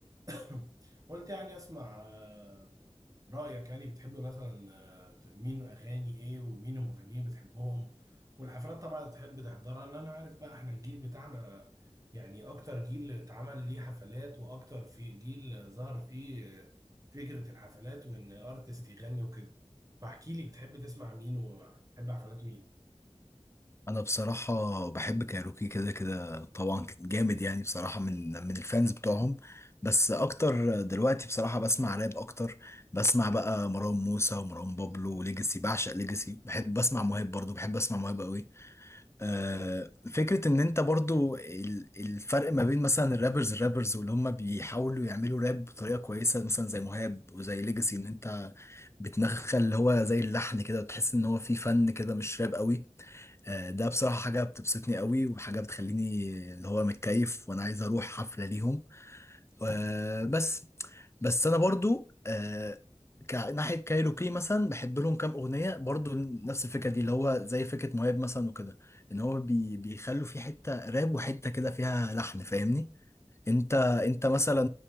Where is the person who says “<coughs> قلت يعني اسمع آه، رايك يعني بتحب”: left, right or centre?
Right